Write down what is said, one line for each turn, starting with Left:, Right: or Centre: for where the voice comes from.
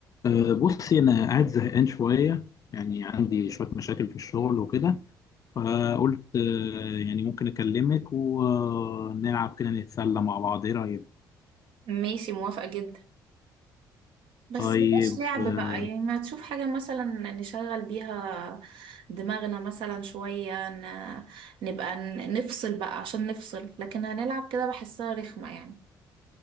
Left: أه، بصي أنا قاعد زهقان شوية يعني عندي شوية مشاكل في الشغل وكده فقلت أه، يعني ممكن أكلمك ونلعب كده نتسلى مع بعض إيه رأيك؟
Right: ماشي موافقة جدا بس
Left: طيب
Right: مبقاش لعب
Left: أه،
Right: بقى يعني ما تشوف حاجة مثلا نشغل بيها دماغنا مثلا شوية ن... نبقى ن- نفصل بقى عشان نفصل لكن هنلعب كده بحسها رخمة يعني